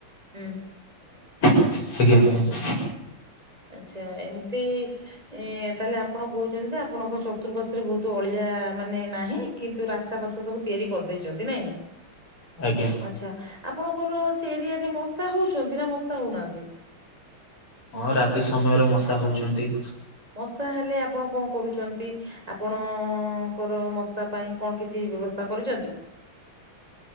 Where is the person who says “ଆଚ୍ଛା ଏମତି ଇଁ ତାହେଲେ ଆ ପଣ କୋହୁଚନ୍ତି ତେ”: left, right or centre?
Right